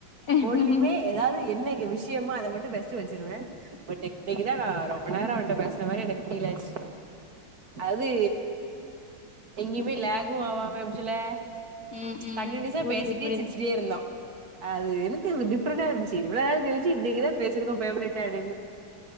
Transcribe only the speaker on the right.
ஃபோன்லயுமே ஏதாது என்ன விஷ் நிச்சயமா அத மட்டு பேசிட்டு வெச்சிருவேன் பட் இன்னைக்குதான் நா ரொம்ப நேரோ அவன்ட்ட பேசின மாரி எனக்கு ஃபீல் ஆச்சு அது எங்யுமே லேகு ஆவாம போச்சல்ல
கண்டினியூஸா
பேசிட்டே
சிரிச்சிட்டே இருந்தோ ஆ அது எனக்கு இது டிப்ரெண்டா இருந்ச்சி இவ்ளோ நாள் கழிச்சு இன்னைக்குதான் பேசிருக்கோ ஃபேமிலிட்ட அப்டின்னு